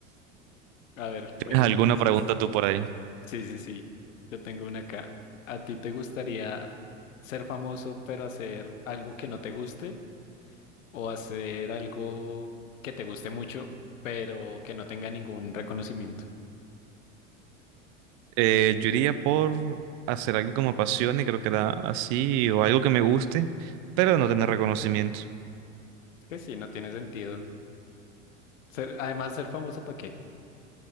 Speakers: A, on the left; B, on the right.
A: A ver, ven
B: ¿Tienes
A: entonces.
B: alguna pregunta tú por ahí?
A: Sí, sí, sí. Yo tengo una acá. ¿A ti te gustaría ser famoso pero hacer algo que no te guste o hacer algo que te guste mucho pero que no tenga ningún reconocimiento?
B: Eh, yo iría por hacer algo que me apasione, creo que era así, o algo que me guste, pero no tener reconocimiento.
A: Es que sí, no tiene sentido. Ser, además, ser famoso ¿para qué?